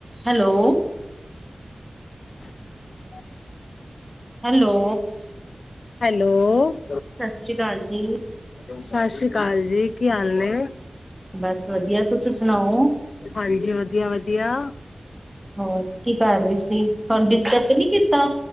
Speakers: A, in the centre; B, on the left (about 80°).
A: Hello
B: <inaudible> <inaudible>
A: hello
B: hello
A: ਸਤਿ ਸ੍ਰੀ ਅਕਾਲ ਜੀ।
B: ਸਤਿ ਸ੍ਰੀ ਅਕਾਲ ਜੀ ਕੀ ਹਾਲ ਏ
A: ਬਸ ਵਧੀਆ, ਤੁਸੀਂ ਸੁਣਾਓ?
B: ਹਾਂਜੀ ਵਧੀਆ-ਵਧੀਆ
A: ਹੋਰ ਕੀ ਕਰ ਰਹੇ ਸੀ ਤੁਹਾਨੂੰ ਡਿਸਟਰਬ ਤੇ ਨਹੀਂ ਕੀਤਾ